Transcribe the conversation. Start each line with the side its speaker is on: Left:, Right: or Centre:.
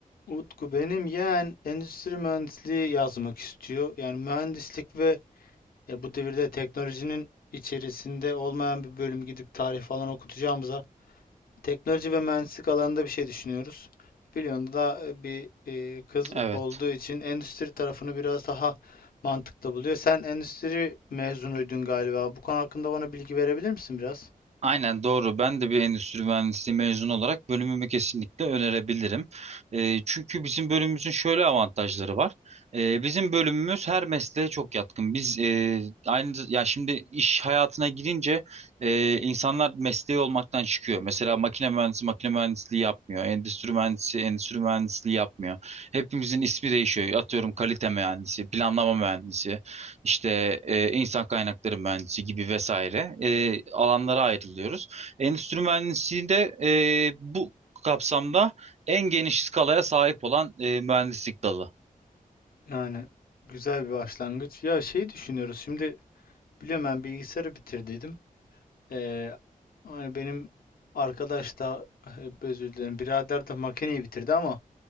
Left: Utku benim yeğen endüstri mühendisliği yazmak istiyor. Yani mühendislik ve ya bu devirde teknolojinin içerisinde olmayan bir bölüm gidip tarih falan okutacağımıza teknoloji ve mühendislik alanında bir şey düşünüyoruz. Biliyorsun da e, bir e, kız
Right: Evet.
Left: olduğu için endüstri tarafını biraz daha mantıklı buluyor. Sen endüstri mezunuydun galiba. Bu konu hakkında bana bilgi verebilir misin biraz?
Right: Aynen doğru. Ben de bir endüstri mühendisliği mezunu olarak bölümümü kesinlikle önerebilirim. Ee, çünkü bizim bölümümüzün şöyle avantajları var. Ee, bizim bölümümüz her mesleğe çok yatkın. Biz e, aynı ya şimdi iş hayatına girince e, insanlar mesleği olmaktan çıkıyor. Mesela makine mühendisi makine mühendisliği yapmıyor. Endüstri mühendisi endüstri mühendisliği yapmıyor. Hepimizin ismi değişiyor. Atıyorum kalite mühendisi, planlama mühendisi. işte e, insan kaynakları mühendisi gibi vesaire e, alanlara ayrılıyoruz. Endüstri mühendisliğinde e, bu kapsamda en geniş skalaya sahip olan e, mühendislik dalı.
Left: Yani güzel bir başlangıç. Ya şey düşünüyoruz. Şimdi biliyorum ben bilgisayarı bitirdiydim. Ee, hani benim arkadaş da hep özür dilerim birader de makineyi bitirdi ama